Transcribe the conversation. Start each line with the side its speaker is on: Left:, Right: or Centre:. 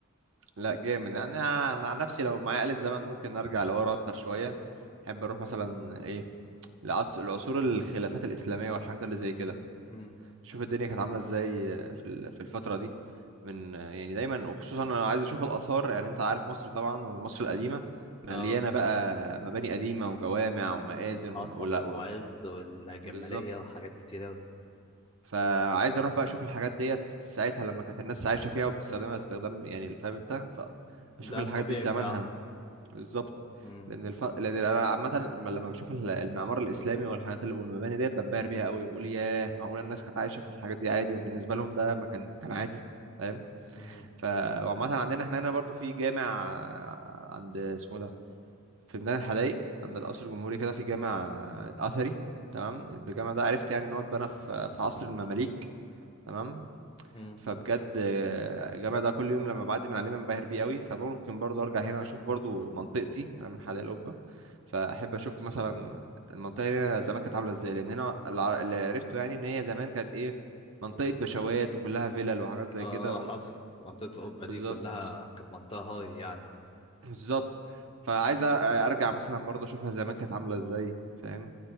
Right: لا جامد يعني انا أنا عن نفسي لو معايا آلة زمن ممكن ارجع لورا اكتر شوية احب اروح مثلا ايه لعص- لعصور الخلافات الإسلامية والحاجات اللي زي كده
Left: امم
Right: شوف الدنيا كانت عاملة ازاي في ال- في الفترة دي من يعني دايما وخصوصا انا عايز اشوف الآثار يعني انت عارف مصر طبعا ومصر القديمة مليانة
Left: اه
Right: بقى مباني قديمة وجوامع ومآذن
Left: حصل
Right: وه- ولا-
Left: المعز
Right: و...
Left: والجمالية
Right: بالظبط
Left: وحاجات كتير أوي
Right: فعايز اروح بقى اشوف الحاجات ديت ساعتها لما كانت الناس عايشه فيها وبتستخدمها استخدام يعني فاهم انت فاشوف
Left: ده
Right: الحاجات
Left: الطبيعي
Right: دي في زمانها
Left: بتاعه
Right: بالظبط
Left: مم.
Right: لان الف... لان انا عامه لما لما بشوف ال- المعمار الاسلامي والحاجات اللي والمباني ديت بنبهر بيها قوي بقول ياه معقوله الناس كانت عايشه في الحاجات دي عادي وبالنسبه لهم ده ما كان كان عادي فاهم
Left: مم.
Right: ف وعامه عندنا احنا هنا برضو في جامع عند اسمه ده في ميدان الحدايق عند القصر الجمهوري كده في جامع اثري تمام الجامع ده عرفت يعني ان هو اتبنى في في عصر المماليك تمام
Left: مم.
Right: فبجد آه، الجامع ده كل يوم لما بعدي من عليه بنبهر بيه قوي فممكن برضو ارجع هنا اشوف برضو منطقتي انا من حدائق القبه فاحب اشوف مثلا المنطقه هنا زمان كانت عامله ازاي لان هنا اللي عر- اللي عرفته يعني ان هي زمان كانت ايه منطقه بشوات وكلها فيلل وحاجات زي
Left: اه
Right: كده
Left: اه
Right: و...
Left: حصل منطقة القبة
Right: بالظبط
Left: دي كلها كانت منطقة هاي يعني
Right: بالظبط فعايز أ- ارجع مثلا برضو اشوفها زمان كانت عامله ازاي فاهم